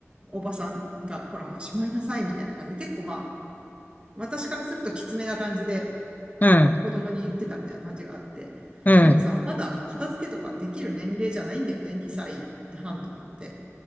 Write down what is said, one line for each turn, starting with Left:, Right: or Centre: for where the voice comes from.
Right: おばさんが、ほら、しまいなさいみたいな感じで、結構ま私からするときつめな感じで
Left: うん、
Right: 子供に言ってたみたいな感じがあって。
Left: うん、
Right: でもさ、まだ片付けとかできる年齢じゃないんだよね、2歳半とかって。